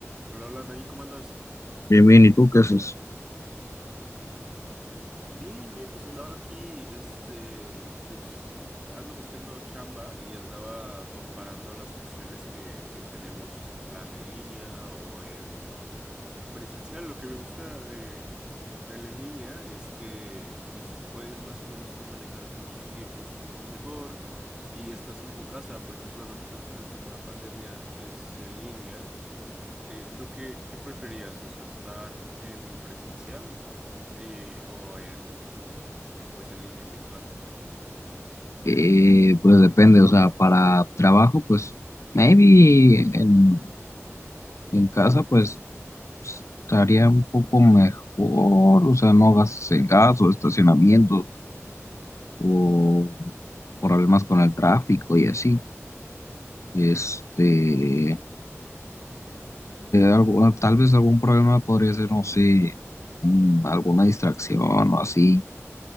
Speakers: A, on the right; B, on the left.
A: Hola, hola, Nain, ¿cómo andas?
B: Bien, bien, ¿y tú qué haces?
A: Bien, bien, pues andaba aquí, este, pues ando buscando chamba y andaba comparando las opciones que, que tenemos, o sea, en plan en línea o en presencial. Lo que me gusta de, de la en línea es que, pues, puedes más o menos tú manejar tus tiempos un poquito mejor y estás en tu casa. Por ejemplo, a nosotros que nos tocó la pandemia, este, en línea. Eh, ¿tú qué, qué preferías? O sea, estar en presencial y, o en, pues en línea, en virtual.
B: Eh, pues depende, o sea, para trabajo, pues maybe en, en casa, pues estaría un poco mejor, o sea, no gastos en gas o estacionamiento o problemas con el tráfico y así. Este, eh, algo- tal vez algún problema podría ser, no sé, un- alguna distracción o así.